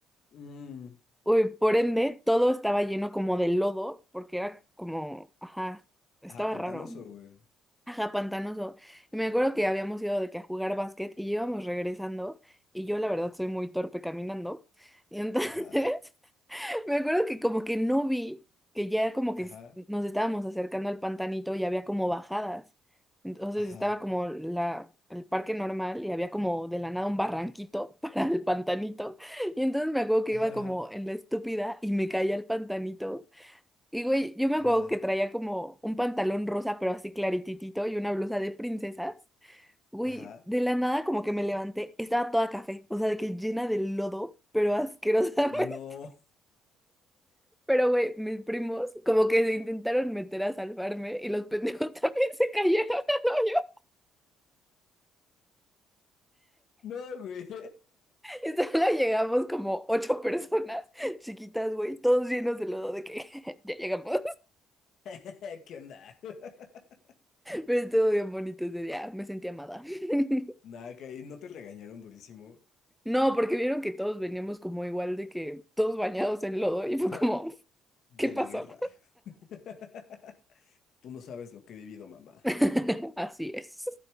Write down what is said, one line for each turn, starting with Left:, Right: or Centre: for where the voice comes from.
Left: Mm.
Centre: uy por ende, todo estaba lleno como de lodo, porque era como, ajá, estaba
Left: Ajá, pantanoso,
Centre: raro.
Left: güey.
Centre: Ajá, pantanoso. Y me acuerdo que habíamos ido de que a jugar básquet y íbamos regresando. Y yo, la verdad, soy muy torpe caminando. Y entonces.
Left: Ajá,
Centre: <laughs> Me acuerdo que como que no vi que ya como que
Left: ajá,
Centre: s- nos estábamos acercando al pantanito y había como bajadas. Entonces
Left: ajá,
Centre: estaba como la, el parque normal y había como de la nada un barranquito <laughs> para el pantanito. Y entonces me acuerdo que
Left: ajá,
Centre: iba como en la estúpida y me caía al pantanito. Y güey, yo me
Left: ajá,
Centre: acuerdo que traía como un pantalón rosa pero así clarititito y una blusa de princesas. Güey,
Left: ajá.
Centre: de la nada como que me levanté, estaba toda café, o sea, de que llena de lodo, pero asquerosa
Left: No,
Centre: <laughs> Pero, güey, mis primos como que se intentaron meter a salvarme y los pendejos <laughs> también se cayeron al hoyo.
Left: no, güey.
Centre: Y solo llegamos como ocho personas chiquitas, güey, todos llenos de lodo de que <laughs> ya llegamos.
Left: <laughs> ¿Qué onda? <laughs>
Centre: Pero estuvo bien bonito ese día, me sentí amada. <laughs>
Left: Nada, que ahí no te regañaron durísimo
Centre: No, porque vieron que todos veníamos como igual de que todos bañados en lodo y
Left: <laughs>
Centre: fue como,
Left: de
Centre: ¿qué pasó?
Left: la guerra. <laughs> Tú no sabes lo que he vivido, mamá.
Centre: <laughs> Así es.